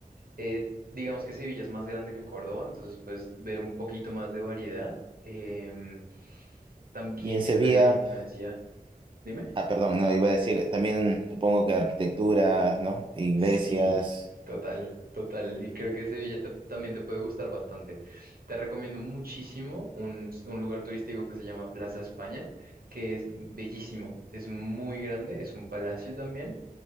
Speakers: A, on the right (about 75°); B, on the right (about 35°).
A: Eh, digamos que Sevilla es más grande que Córdoba, entonces puedes ver un poquito más de variedad. Em, también
B: ¿Y en
A: tiene
B: Sevilla?
A: una gran influencia. Dime.
B: Ah, perdón, no, iba a decir, también supongo que arquitectura, ¿no? Iglesias.
A: Sí, total, total. Y creo que Sevilla ta- también te puede gustar bastante. Te recomiendo muchísimo un, un lugar turístico que se llama Plaza España, que es bellísimo. Es muy grande, es un palacio también.